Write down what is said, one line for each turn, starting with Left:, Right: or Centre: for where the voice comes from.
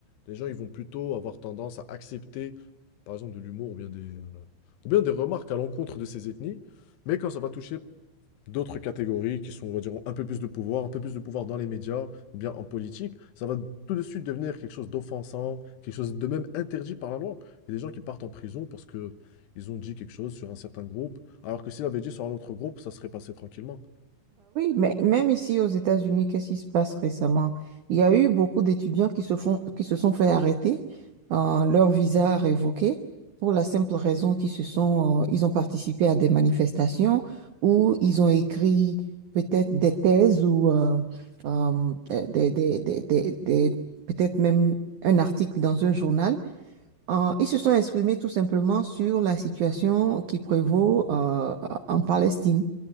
Left: Les gens, ils vont plutôt avoir tendance à accepter, par exemple, de l'humour ou bien des, euh, ou bien des remarques à l'encontre de ces ethnies. Mais quand ça va toucher d'autres catégories qui sont, on va dire, ont un peu plus de pouvoir, un peu plus de pouvoir dans les médias ou bien en politique, ça va tout de suite devenir quelque chose d'offensant, quelque chose de même interdit par la loi. Il y a des gens qui partent en prison parce que ils ont dit quelque chose sur un certain groupe, alors que s'ils avaient dit sur un autre groupe, ça serait passé tranquillement.
Right: Mais même ici aux États-Unis, qu'est-ce qui se passe récemment? Il y a eu beaucoup d'étudiants qui se font, qui se sont fait arrêter, euh, leur visa révoqué, pour la simple raison qu'ils se sont, euh, ils ont participé à des manifestations ou ils ont écrit peut-être des thèses ou euh, euh, des, des, des, des, des- peut-être même un article dans un journal. Euh, ils se sont exprimés tout simplement sur la situation qui prévaut euh, en Palestine.